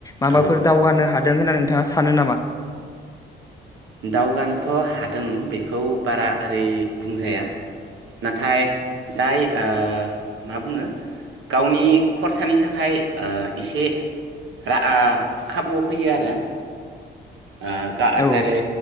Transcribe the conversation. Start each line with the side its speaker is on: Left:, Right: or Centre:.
Left: माबाफोर
Right: औ औ
Left: दावगानो हायो दों होनना नोंथाङा सानो नामा?
Right: दावगानोथ' हादों बेखौ बारा ओरै बुंजाया नाथाय जाय ओ मा बुङो गावनि खरसानि थाखाय ओ एसे रा खाबुआव फैयो आरो ओ गाह
Left: औ
Right: जेरै